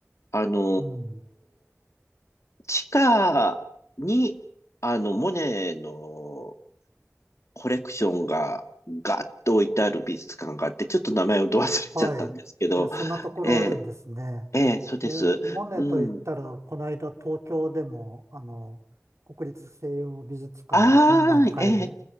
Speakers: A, on the left (about 65°); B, on the right (about 65°).
A: あの、
B: うん。
A: 地下に、あの、モネのコレクションがガッと置いてある美術館があって、ちょっと名前をど忘れちゃったんですけど、
B: はい。えー、そんなところあるんですね。
A: ええ、ええ、そうです。
B: えーモネと言ったら、
A: うん。
B: この間東京でも、あの、国立西洋美術館で展覧会
A: ああ、え